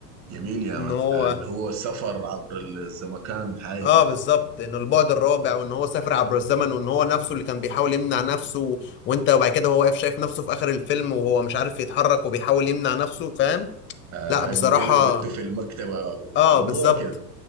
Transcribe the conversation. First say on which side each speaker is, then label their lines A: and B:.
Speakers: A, on the right; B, on the left.
A: جميل يا
B: ان
A: مان
B: هو
A: آه، اللي هو سفر عبر الزمكان حاجة
B: اه
A: كده
B: بالظبط انه البعد الرابع وان هو سافر عبر الزمن وان هو نفسه اللي كان بيحاول يمنع نفسه وانت وبعد كده هو واقف شايف نفسه في اخر الفيلم وهو مش عارف يتحرك وبيحاول يمنع نفسه فاهم
A: آه
B: لا بصراحة
A: وجلع بنته في المكتبة
B: اه
A: وموضوع
B: بالظبط
A: كده